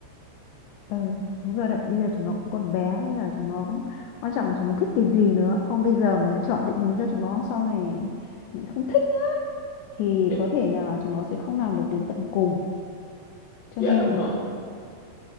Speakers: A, on the left (about 80°); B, on the left (about 45°).
A: Ừ, đúng rồi đấy. Bây giờ chúng nó cũng còn bé nên là chúng nó cũng quan trọng là chúng nó thích cái gì nữa. Không bây giờ mà chọn định hướng cho chúng nó sau này lại không thích ấy, thì
B: dạ,
A: có thể là chúng nó sẽ không làm được đến tận cùng. Cho
B: dạ
A: nên
B: đúng rồi